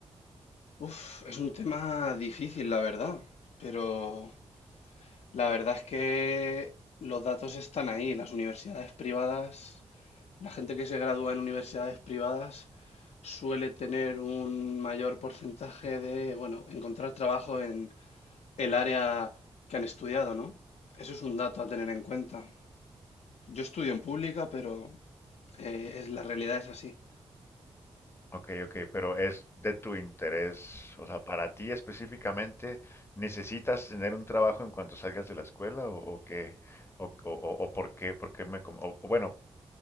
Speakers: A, on the left; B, on the left.
A: Uf, es un tema difícil, la verdad, pero la verdad es que los datos están ahí. Las universidades privadas, la gente que se gradúa en universidades privadas suele tener un mayor porcentaje de, bueno, encontrar trabajo en el área que han estudiado, ¿no? Eso es un dato a tener en cuenta. Yo estudio en pública, pero eh, es, la realidad es así.
B: Ok, ok, pero es de tu interés, o sea, para ti específicamente, ¿necesitas tener un trabajo en cuanto salgas de la escuela o, o qué, o, o, o- o por qué, por qué me, com- o, o bueno,